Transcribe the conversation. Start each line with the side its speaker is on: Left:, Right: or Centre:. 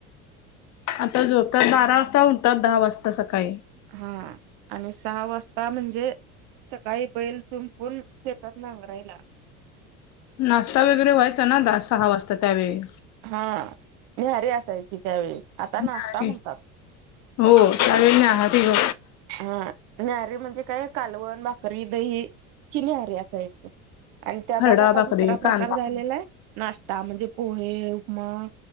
Left: आता झोपतात बारा वाजता. उठतात दहा वाजता सकाळी.
Right: हा आणि सहा वाजता म्हणजे सकाळी बैल जुंपून, शेतात नांगरायला.
Left: नाश्ता वगैरे व्हायचा ना, दहा सहा वाजता त्यावेळी
Right: हा न्याहारी असायची त्यावेळी, आता
Left: न्याहारी
Right: नाश्ता म्हणतात.
Left: हो त्या वेळी न्याहारी ओ
Right: हा न्याहारी म्हणजे काय कालवण, भाकरी, दही हि न्याहरी असायची. आणि त्याचाच
Left: खरडा
Right: आता
Left: भाकरी
Right: दुसरा प्रकार
Left: कांदा
Right: झालेला हाय नाश्ता म्हणजे पोहे, उपमा